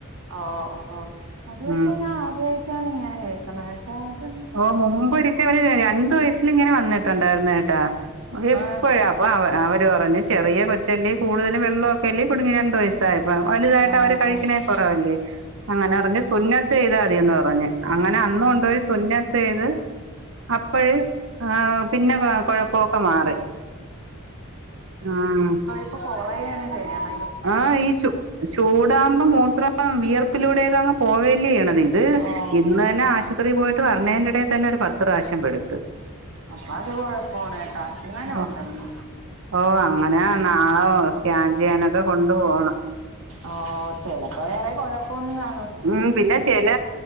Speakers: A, on the right; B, on the right.
A: ഓ ഓ അത് പക്ഷെ
B: ഉം
A: ഞാൻ ആദ്യമായിട്ടാണ് ഇങ്ങനെ കേൾകണ കേട്ടോ അത്
B: ഓ മുമ്പ് ഒരിക്ക അവ രണ്ടു വയസ്സൽ ഇങ്ങനെ വന്നിട്ടുണ്ടായിരുന്ന കേട്ടാ എപ്പോഴാ
A: ആഹ്
B: അപ്പൊ അവ അവര് പറഞ്ഞു ചെറിയ കൊച്ചലേ കൂടുതും വെള്ളമൊക്കെല്ലേ കുടുങ്ങി രണ്ടു വയസ് <unintelligible> വലുതായിട്ട്
A: ആഹ്
B: അവര് കഴികുന്നത് കുറവല്ലേ അങ്ങനെ പറഞ്ഞ് സുന്നത്ത് ചെയ്താ മതിന്ന് പറഞ്ഞ് അങ്ങനെ അന്ന് കൊണ്ട്പോയി സുന്നത് ചെയ്ത് അപ്പോഴ ആഹ് പിന്നെ കുഴപ്പൊക്കെ മാറി ആഹ്
A: അപ്പൊ കൊറോണ് ചെയ്യണ
B: ആഹഹ് ഈ ച ചൂടാുമ്പോ മൂത്രം വിയർപ്പിലൂടെയൊക്കെ അങ്ങ് പോവേല്ലേ ചെയണ ഇത്
A: ഓ
B: ഇന്ന്
A: ഓ
B: തന്നെ ആശുപത്രിയിൽ പോയിട്ട് പറഞ്ഞേന്റെടയിൽ തന്നെ ഒരു പത്ത് പ്രാവശ്യം പെടുത്ത്
A: അപ്പൊ അത് കൊഴപ്പാണ് കേട്ടാ ഇങ്ങനെ
B: ഓ
A: ഉണ്ടെങ്കിൽ
B: ഓ അങ്ങന നാളെ സ്കാൻ ചെയ്യാനൊക്കെ കൊണ്ടു പോണം
A: ഓ ചിലപ്പോ വേറെ കൊഴപ്പൊന്നും കാ
B: ഉം പിന്നെ ചില